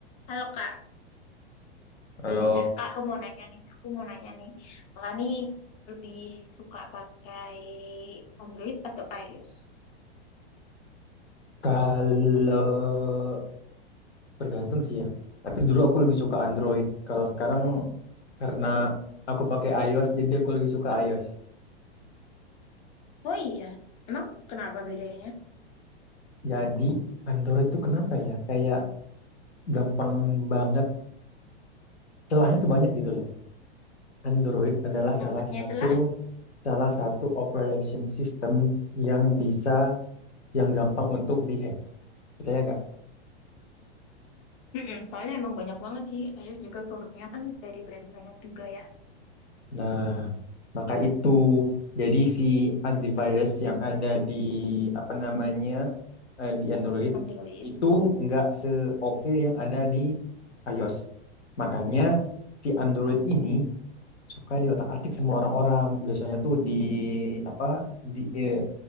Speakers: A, on the left; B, on the left.
A: Halo Kak,
B: Halo,
A: Kak, aku mau nanya nih, aku mau nanya nih, Kakak nih lebih suka pakai Android atau iOS?
B: Kalau bergantung sih ya. Tapi dulu aku lebih suka Android. Kalau sekarang karena aku pakai iOS, jadi aku lebih suka iOS.
A: Oh iya, emang kenapa bedanya?
B: Jadi Android tuh kenapa ya? Kayak gampang banget. Celahnya tuh banyak gitu loh. Android adalah
A: Maksudnya
B: salah satu
A: celah?
B: salah satu operation system yang bisa yang gampang untuk dihack. Percaya nggak?
A: Mm-mm, soalnya emang banyak banget sih, iOS juga produknya kan dari brand banyak juga ya,
B: Nah, maka itu jadi si antivirus yang ada di apa namanya eh, di Android
A: Android.
B: itu nggak seoke yang ada di iOS. Makanya si Android ini suka diotak-atik sama orang-orang. Biasanya tuh di apa di eh,